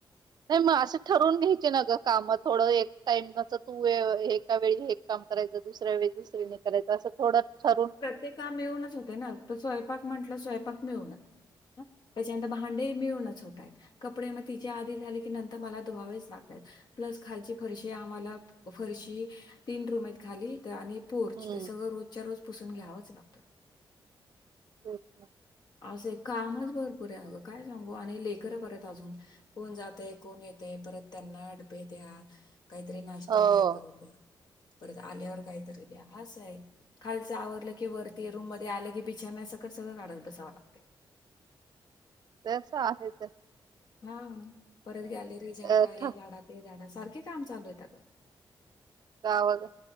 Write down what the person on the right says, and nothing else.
नाही मगं असं ठरवून घ्यायचे नं गं काम थोडं एक टाइमचं तू एका वेळी हे कामं करायचं दुसऱ्या वेळी दुसरीने करायचं असं थोडं ठरून
हं,
अच्छा
हो.
<unintelligible> आहे तेसं.
अ,
ठ
गावाकड.